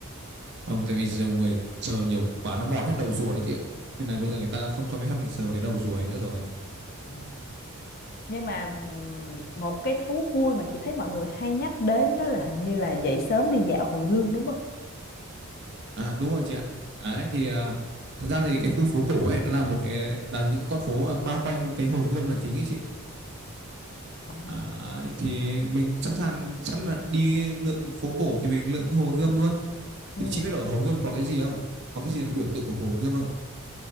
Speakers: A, on the right; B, on the left.
A: không tại vì giờ người sờ nhiều quá nó mòn hết đầu rùa đấy chị ạ nên là bây giờ người ta không cho phép mình sờ vào cái đầu rùa ấy nữa rồi
B: À, nhưng mà ừm, một cái thú vui mà chị thấy mọi người hay nhắc đến đó là hình như là dậy sớm đi dạo Hồ Gươm đúng không
A: à đúng rồi chị ạ đấy thì à, thật ra thì cái khu phố cổ ấy nó là một cái là những cái con phố à, bao quanh cái hồ Gươm là chính ấy chị
B: Ồ.
A: à, ấy, thì mình sẵn sàng sẵn là đi lượn phố cổ thì mình lượn theo hồ Gươm luôn
B: ừ.
A: thì chị biết ở hồ Gươm có cái gì không có cái gì là biểu tượng của hồ Gươm không